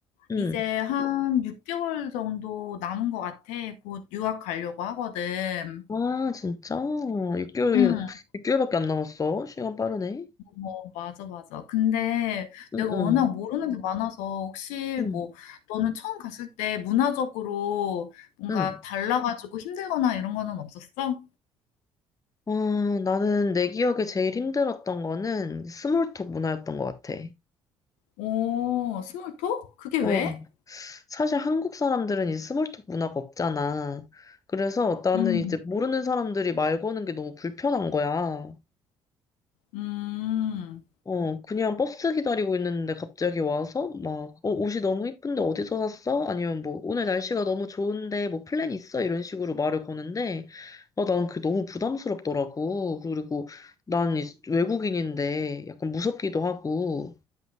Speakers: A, on the left; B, on the left.
A: 응.
B: 이제 한 6개월 정도 남은 것 같아. 곧 유학 가려고 하거든.
A: 아, 진짜? 6개월,
B: 응,
A: 육개월밖에 안 남았어. 시간 빠르네.
B: 어, 맞아, 맞아. 근데
A: 응,
B: 내가
A: 응,
B: 워낙 모르는 게 많아서, 혹시
A: 응,
B: 뭐, 너는 처음 갔을 때 문화적으로 뭔가
A: 응.
B: 달라가지고 힘들거나 이런 거는 없었어?
A: 아, 나는 내 기억에 제일 힘들었던 거는 스몰톡 문화였던 것 같아.
B: 오, 스몰톡? 그게 왜?
A: 어, 사실 한국 사람들은 이 스몰톡 문화가 없잖아. 그래서 나는
B: 음,
A: 이제 모르는 사람들이 말 거는 게 너무 불편한 거야.
B: 음.
A: 어, 그냥 버스 기다리고 있는데 갑자기 와서 막, 어, 옷이 너무 이쁜데 어디서 샀어? 아니면 뭐, 오늘 날씨가 너무 좋은데 뭐 플랜 있어? 이런 식으로 말을 거는데, 아, 난 그게 너무 부담스럽더라고. 그리고 난 이제 외국인인데 약간 무섭기도 하고.